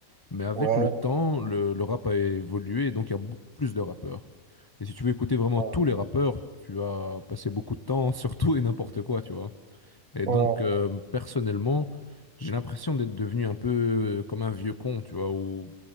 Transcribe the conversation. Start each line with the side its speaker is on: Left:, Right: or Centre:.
Left: Mais avec
Right: Ouais,
Left: le temps, le, le rap a évolué et donc il y a beaucoup plus de rappeurs. Et si tu veux écouter vraiment
Right: ouais,
Left: tous les rappeurs, tu vas passer beaucoup de temps <laughs> sur tout et n'importe quoi, tu vois. Et donc,
Right: ouais,
Left: euh, personnellement, j'ai l'impression d'être devenu un peu euh, comme un vieux con, tu vois, où